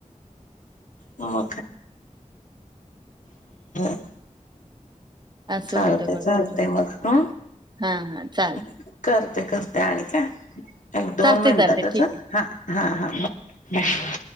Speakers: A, on the left; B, on the right.
A: हा. <unintelligible> <unintelligible>
B: असं
A: चालतय,
B: होतं बघ
A: चालतय, मग. ह.
B: हा हा चालतय
A: <unintelligible> करते - करते आणिक, अ. एक, दोन
B: चालतय
A: मिनटातच.
B: चालतय ठीक
A: आ.
B: आहे
A: हा, हा, हां. बाय.